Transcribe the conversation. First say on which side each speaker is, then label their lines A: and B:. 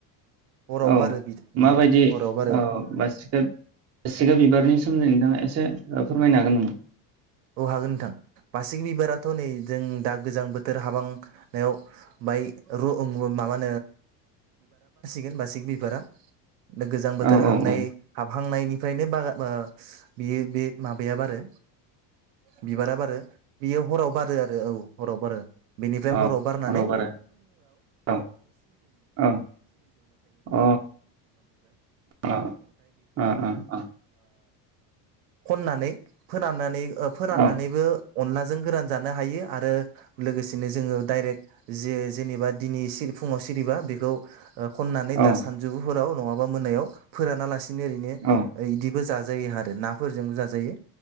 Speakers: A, on the right; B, on the right.
A: हराव
B: औ
A: बारो बियो
B: माबायदि
A: हराव बारो
B: औ बासिगा बिबारनि सोमै नोंथांङा एसे फोरमायनो हागोन नामा
A: औ हागोन नोंथां बासिगि बिबाराथ नै जों दा गोजां बोथोर हाबांनायाव बाय र माबा होनो गोजां बोथोर
B: औ औ
A: हाबनाय
B: औ
A: हाब हांनायनिफ्रायनो बा बा ओ बागान बियो बे माबाया बारो बिबारा बारो बियो हराव बारो आरो औ हराव बारो बेनिफ्राय
B: औ
A: हराव बारना
B: बारो औ औ अ अ अ अ
A: खननानै फोरोननानै फोराननानैबो
B: औ
A: अनलाजों गोरान जानो हायो आरो लोगोसेनो जोंङो डाइरेक्ट जे जेनेबा दिनै फुंङाव सिरि ओ खननानै
B: औ
A: दा सानजुुफोराव नंङा मोननायाव फोरानालासि नि ओरैनो
B: औ
A: इदिबो जा जायो आरो नाफोरजोंबो जाजायो।